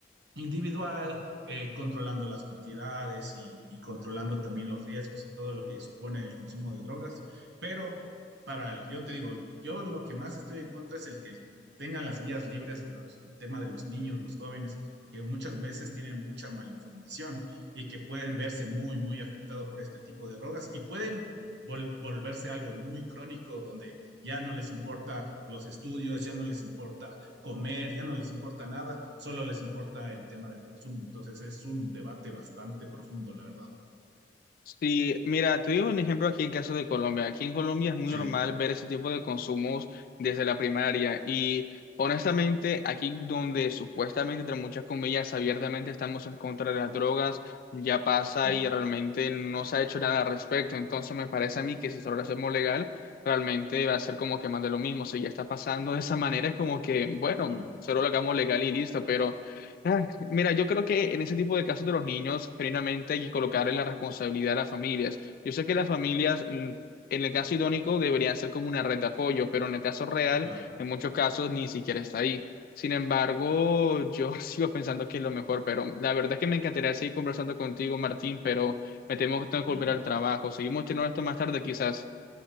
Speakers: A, on the right (about 80°); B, on the left (about 55°).
A: individual, eh, controlando las cantidades y, y controlando también los riesgos y todo lo que supone el consumo de drogas. Pero para, el- yo te digo, yo lo que más estoy en contra es el que tengan las vías libres, los- el tema de los niños, los jóvenes, que muchas veces tienen mucha malinformación y que pueden verse muy, muy afectados por este tipo de drogas y pueden vol- volverse algo muy crónico donde ya no les importa los estudios, ya no les importa comer, ya no les importa nada, solo les importa el tema del consumo. Entonces es un debate bastante profundo, la verdad.
B: Sí, mira, te digo un ejemplo aquí en caso de Colombia. Aquí en Colombia es muy
A: Sí,
B: normal ver ese tipo de consumos desde la primaria y honestamente aquí donde supuestamente, entre muchas comillas, abiertamente estamos en contra de las drogas, ya pasa
A: sí,
B: y realmente no se ha hecho nada al respecto. Entonces me parece a mí que si solo lo hacemos legal, realmente va a ser como que más de lo mismo. Si ya está pasando de esa manera, es como que, bueno,
A: ya,
B: solo lo hagamos legal y listo, pero... Ah, Mira, yo creo que en ese tipo de casos de los niños, genuinamente hay que colocarle la responsabilidad a las familias. Yo sé que las familias, mm, en el caso idónico, deberían ser como una red de apoyo, pero en el caso real,
A: claro,
B: en muchos casos, ni siquiera está ahí. Sin embargo,
A: sí,
B: yo <laughs> sigo pensando que es lo mejor, pero la verdad es que me encantaría seguir conversando contigo, Martín, pero me temo que tengo que
A: ya.
B: volver al trabajo. Seguimos teniendo esto más tarde, quizás.